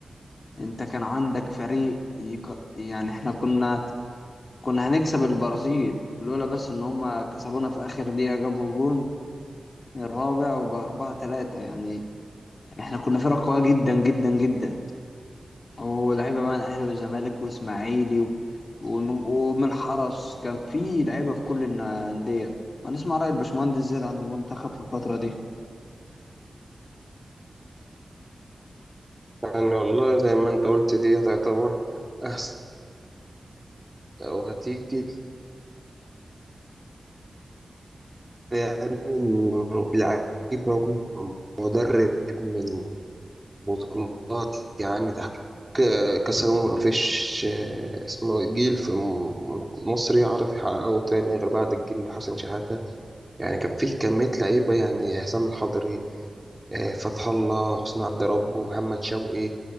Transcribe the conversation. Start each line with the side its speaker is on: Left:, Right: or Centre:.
Left: أنت كان عندك فريق يك... يعني إحنا كنا كنا هنكسب البرازيل لولا بس إن هما كسبونا في آخر دقيقة جابوا جون الرابع وبأربعة تلاتة يعني إحنا كنا فرقة قوية جدا جدا جدا ولعيبه بقى من الاهلي والزمالك واسماعيلي و- ومن ومن الحرس كان في لعيبه في كل الن- الانديه هنسمع راي الباشمهندس زياد عن المنتخب في الفتره دي
Right: يعني والله زي ما انت قلت دي تعتبر احسن او هتيجي يعني من لعيب موجود من مدرب من بطولات يعني تحقيق كأس الأمم مفيش آه، اسمه إيه، جيل في م- مصر يعرف يحققه تاني غير بعد الجيل حسن شحاتة يعني كان في كمية لعيبة يعني حسام الحضري آه، فتح الله حسني عبد ربه محمد شوقي